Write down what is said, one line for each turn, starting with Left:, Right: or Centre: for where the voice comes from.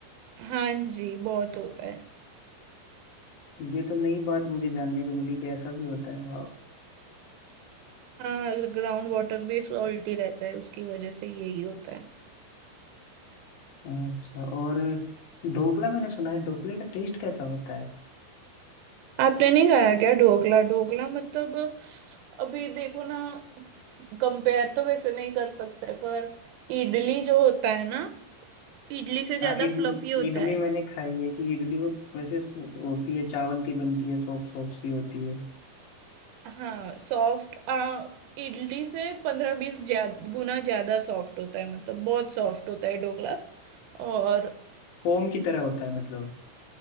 Right: हाँ जी बहुत होता है
Left: ये तो नई बात मुझे जानने को मिली कि ऐसा भी होता है वाह
Right: हाँ ग्राउंड वाटर भी सॉल्टी रहता है उसकी वजह से यही होता है
Left: अच्छा और ढोकला मैंने सुना है ढोकले का टेस्ट कैसा होता है
Right: आपने नहीं खाया क्या ढोकला ढोकला मतलब अभी देखो ना कंपेयर तो वैसे नहीं कर सकते पर इडली जो होता है ना इडली से ज्यादा
Left: हाँ इडली
Right: फ्लफी होता
Left: इडली
Right: है
Left: मैंने खाई है कि इडली वो वैसे स- होती है चावल की बनती है सोप सोप सी होती है
Right: हाँ सॉफ्ट आ इडली से पंद्रह बीस गुना ज्यादा सॉफ्ट होता है मतलब बहुत सॉफ्ट होता है ढोकला और
Left: फोम की तरह होता है मतलब